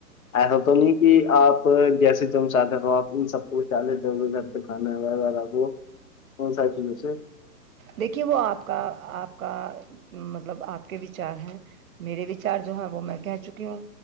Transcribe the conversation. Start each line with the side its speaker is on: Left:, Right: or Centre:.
Left: ایسا تو نہیں کہ آپ جیسے تم چاہتے ہو آپ ان سب کو بجا لیتے ہو کھانے والا وہ کون ان ساری چیزوں سے
Right: دیکھیے وہ آپ کا آپ کا مطلب آپ کے وچار ہیں میرے وچار جو ہے وہ میں کہہ چکی ہوں